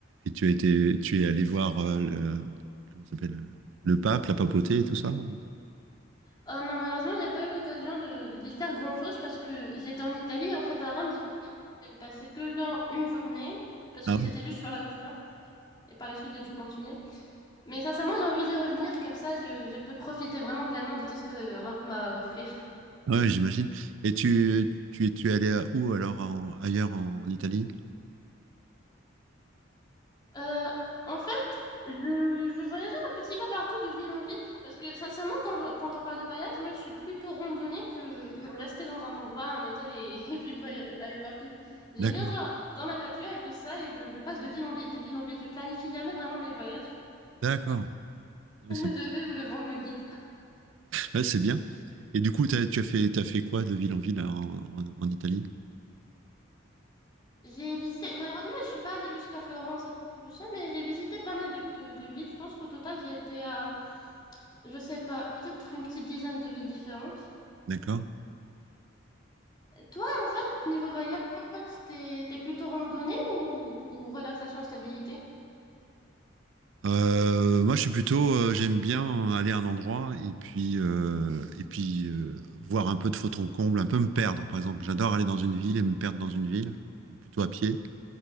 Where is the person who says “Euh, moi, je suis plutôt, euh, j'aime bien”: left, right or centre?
Right